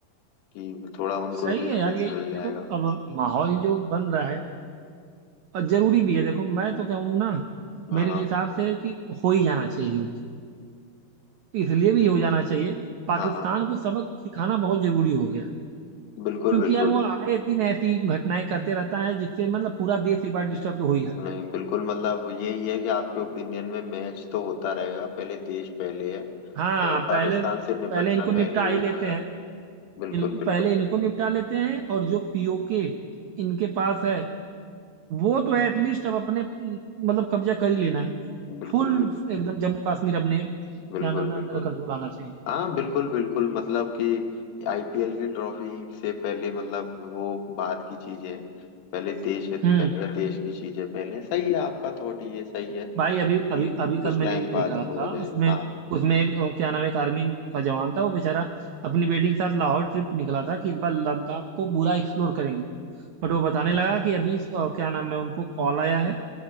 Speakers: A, on the left; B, on the right.
A: कि थोड़ा उनको
B: सही
A: भी
B: है
A: स्पेस
B: यार यही
A: मिल जाएगा
B: देखो अब माहौल जो बन रहा है और जरूरी भी है देखो मैं तो कहूँ ना
A: हाँ
B: मेरे हिसाब से कि हो ही जाना चाहिए युद्ध इसलिए भी हो जाना चाहिए पाकिस्तान
A: हाँ
B: को सबक सिखाना बहुत जरूरी हो गया
A: बिल्कुल
B: क्योंकि
A: बिल्कुल
B: यार वो आए दिन ऐसी घटनाएं करते रहता है जिससे मतलब पूरा देश एक बार डिस्टर्ब तो हो ही जाता
A: नहीं
B: है
A: बिल्कुल मतलब यही है कि आपके ओपिनियन में मैच तो होता रहेगा पहले देश पहले है
B: हाँ
A: और पाकिस्तान
B: पहले
A: से निपटना
B: पहले इनको निपटा
A: पहले हुआ
B: ही लेते
A: है
B: हैं
A: बिल्कुल
B: इनको
A: बिल्कुल
B: पहले इनको
A: बिल्कुल
B: निपटा लेते हैं और जो पीओके इनके पास है वो तो एटलीस्ट अब अपने म, मतलब कब्जा कर ही लेना है
A: बिल्कुल
B: फुल
A: बिल्कुल
B: एकदम जम्मू कश्मीर अपने
A: बिल्कुल
B: क्या नाम है
A: बिल्कुल
B: अंडर कंट्रोल आना चाहिए
A: हाँ बिल्कुल बिल्कुल मतलब कि आईपीएल की ट्रॉफी से पहले मतलब वो बात की चीजें हैं पहले देश है
B: हम्म
A: पहले देश की चीजें पहले सही है आपका थॉट ये सही है
B: भाई अभी
A: कि
B: अभी अभी
A: कुछ
B: कल मैं
A: टाइम
B: न्यूज देख
A: बाद
B: रहा
A: हो
B: था
A: जाए
B: उसमें
A: हाँ
B: उसमें एक अ, क्या नाम है एक आर्मी का जवान था वो बेचारा अपनी बेटी के साथ लाहौर ट्रिप पे निकला था कि इस बार लद्दाख को पूरा एक्सप्लोर करेंगे बट वो बताने लगा कि अभी अ, क्या नाम है उनको कॉल आया है